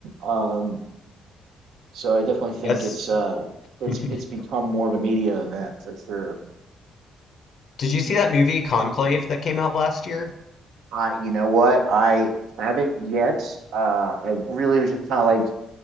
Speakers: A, on the right; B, on the left.
A: um, so I definitely think
B: That's
A: it's uh, it's
B: <laughs>
A: it's become more of a media event for sure.
B: did you see that movie Conclave that came out last year?
A: I, you know what, I haven't yet. Uh, I really was just kind of like